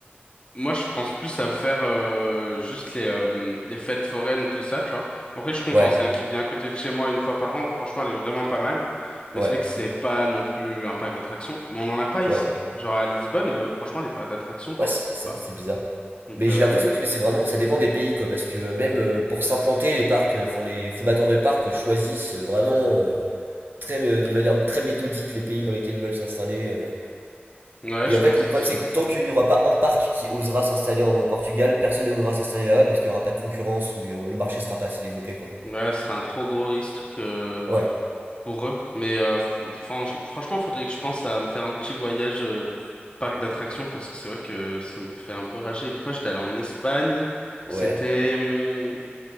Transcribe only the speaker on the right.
ouais,
ouais,
ouais.
Ouais, c'est
c'est
vrai que c'est bizarre.
Mais
j'ai l'impression que c'est vraiment, ça dépend des pays, quoi, parce que euh, même euh, pour s'implanter, les parcs, euh, enfin les fondateurs de parcs euh, choisissent euh, vraiment euh, très, euh, de manière très méthodique les pays dans lesquels ils veulent s'installer. euh.
Et
en fait,
le problème,
c'est
que tant qu'il n'y aura pas un parc qui osera s'installer en Portugal, personne ne voudra s'installer là-bas parce qu'il n'y aura pas de concurrence ou il y aura- le marché sera pas assez développé, quoi.
Ouais,
ouais,